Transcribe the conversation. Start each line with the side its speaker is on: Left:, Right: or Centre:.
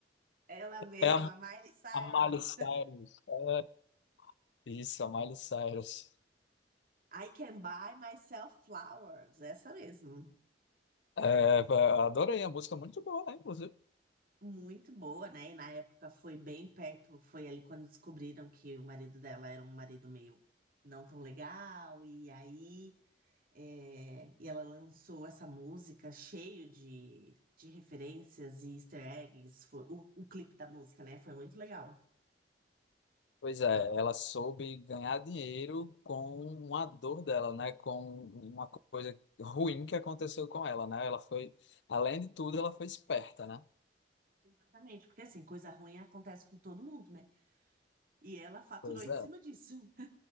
Right: Ela mesma,
Left: É a,
Right: Miley Cyrus.
Left: a Miley Cyrus. É, isso, a Miley Cyrus.
Right: I Can Buy Myself Flowers, essa mesmo.
Left: É, eu adorei a música, é muito boa, né, inclusive.
Right: Muito boa, né? E na época foi bem perto, foi ali quando descobriram que o marido dela era um marido meio não tão legal, e aí é, e ela lançou essa música cheio de, de referências e easter eggs. Foi, o, o clipe da música, né? Foi muito legal.
Left: Pois é, ela soube ganhar dinheiro com uma dor dela, né? Com uma coisa ruim que aconteceu com ela, né? Ela foi, além de tudo, ela foi esperta, né?
Right: Exatamente, porque assim, coisa ruim acontece com todo mundo, né? E ela faturou
Left: Pois
Right: em
Left: é.
Right: cima disso.